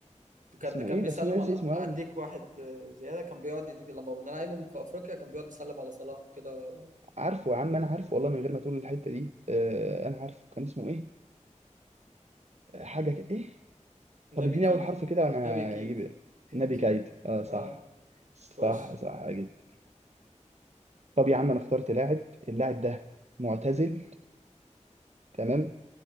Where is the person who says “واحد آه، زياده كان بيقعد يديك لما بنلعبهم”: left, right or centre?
Right